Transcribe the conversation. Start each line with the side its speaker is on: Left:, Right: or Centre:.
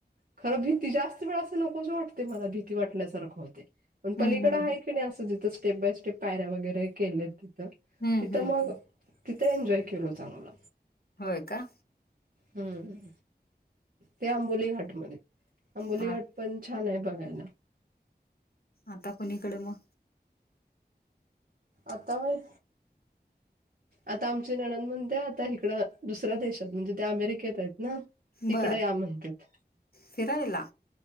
Right: खरं भीती जास्त वेळ असं नकोच वाटतय मला भीती वाटल्यासारखं होतय. पण
Left: हं,
Right: पलीकडं
Left: हं,
Right: आहे
Left: हं.
Right: की नाही असं जिथं स्टेप बाय स्टेप पायऱ्या वगैरे केल्याती. तिथं
Left: हं,
Right: तिथं
Left: हं,
Right: मग
Left: हं.
Right: तिथं एन्जॉय केलो चांगल
Left: होय का
Right: हम्म, ते आंबोली घाटमध्ये आंबोली
Left: आ
Right: घाट पण छान ये बघायला
Left: आता कुणीकड म
Right: आता होय. आता आमची नंनद म्हणत्या आता हिकडं दुसऱ्या देशात म्हणजे ते अमेरिकेत आहेत ना तिकडे
Left: बरं.
Right: या म्हणत्यात,
Left: फिरायला